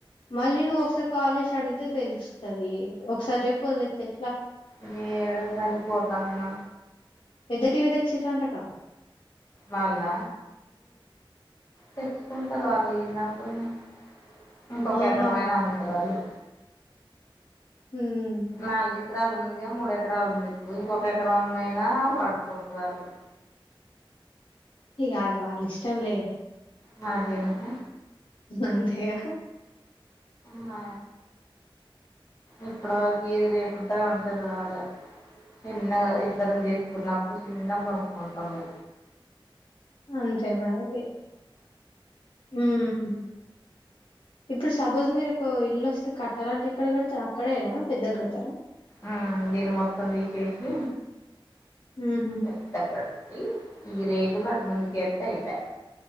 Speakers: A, on the left (about 75°); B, on the left (about 35°).
A: మళ్ళీ నువ్వు ఒకసారి కాలేస్ అడిగితే తెలుస్తది ఒకసారి చెప్ వదిలేస్తే ఎట్లా
B: మీ ఏడోసారి పోతా అంగనా
A: ఎద టీవీ తెచ్చి రంట కా
B: వాళ్ళ తెచ్చుకుంటారు వాళ్ళు ఏందనుకుని ఇంకొక
A: అవమాన్
B: ఎకరమైనా అంటారు వాళ్ళు
A: మ్మ్
B: నాలుగు ఎకరాలు ఉందిగా మూడు ఎకరాలు ఉంది ఇప్పుడు ఇంకొక ఎకర అమ్మయినా పట్టు కుంటరు వాళ్ళు
A: ఇక అది వాళ్ళ ఇష్టంలే
B: మనకేందుకు
A: అంతేగా
B: హా ఇప్పటి వరకు ఏది లేకుండా ఉంటది బాగా చిన్నగా ఇద్దరం చేసుకున్నప్పుడు చిన్న కొనుక్కుంటాము
A: అంతేగా మరి మ్మ్ ఇప్పుడు సపోజ్ మీరు ఒక ఇల్లు వస్తే కట్టాల అంటే ఎక్కడ కడతారు అక్కడే ఎనా పెద్దగా కడతారా
B: ఆ నేను మొత్తం దిసే సి
A: హుహు.
B: పెద్ద గట్టి ఈ రేకులు అటు ముందుక ఎస్త అయిపాయి